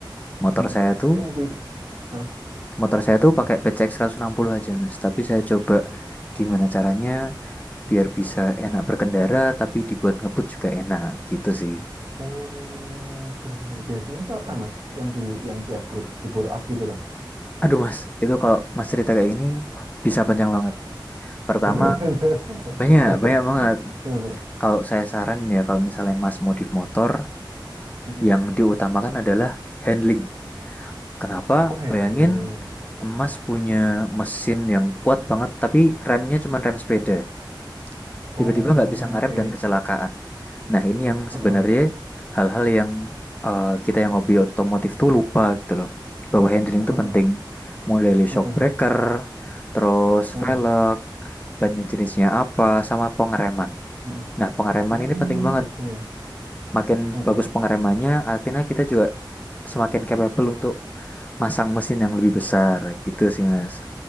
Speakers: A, on the left (about 20°); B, on the right (about 50°).
A: Motor
B: mm-mm.
A: saya tuh
B: Yang di, Hah?
A: motor saya tuh pakai PCX puluh aja mas. Tapi saya coba gimana caranya biar bisa enak berkendara tapi dibuat ngebut juga enak gitu sih.
B: oh keren keren. Biasanya itu apa mas? Yang di yang di upgrade, di bore up gitu toh?
A: Aduh mas, itu kalau mas cerita kayak gini bisa panjang banget. Pertama
B: Ada ada.
A: banyak
B: <laughs>
A: banyak banget
B: Heeh,
A: Kalau saya saran ya, kalau misalnya Mas modif motor,
B: Mm-mm.
A: yang diutamakan adalah handling. Kenapa?
B: Oh handling.
A: Bayangin Mas punya mesin yang kuat banget, tapi remnya cuma rem sepeda. Tiba-tiba
B: Oh
A: nggak bisa ngerem
B: oke.
A: dan kecelakaan. Nah, ini yang
B: Heeh,
A: sebenarnya hal-hal yang eh, kita yang hobi otomotif tuh lupa gitu loh. Bahwa handling itu
B: heeh,
A: penting.
B: heeh,
A: Mulai dari
B: heeh,
A: shock breaker, terus
B: heeh.
A: velg, bannya jenisnya apa, sama pengereman.
B: Hmm,
A: Nah, pengereman
B: Hmm,
A: ini penting banget.
B: gitu ya.
A: makin
B: Heeh.
A: bagus pengeremannya, artinya kita juga semakin capable untuk masang mesin yang lebih besar gitu sih mas.